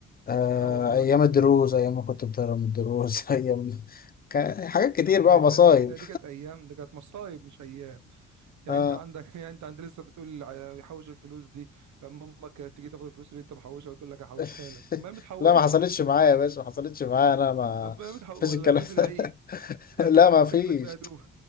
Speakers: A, on the left; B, on the right.
A: آه،
B: اه والله
A: أيام الدروس أيام ما كنت بتهرب من الدروس <laughs> أيام كان حاجات كتير
B: دي كانت
A: بقى مصايب
B: دي كانت ايام دي كانت مصايب مش ايام يعني
A: آه.
B: انت عندك <laughs> يعني انت عند لسه بتقول ع- يحوش الفلوس دي لما امك تيجي تاخد الفلوس اللي انت محوشها وتقول لك هحوشها
A: <laughs>
B: لك طب ما هي متحوشه
A: لا ما حصلتش معايا يا باشا ما حصلتش معايا أنا ما
B: طب ما هي متحو...
A: فيش
B: ولا
A: الكلام
B: الفلوس العيد
A: ده <laughs>
B: هات
A: لا
B: كده فلوس
A: ما فيش
B: اجيب لك بيها هدوم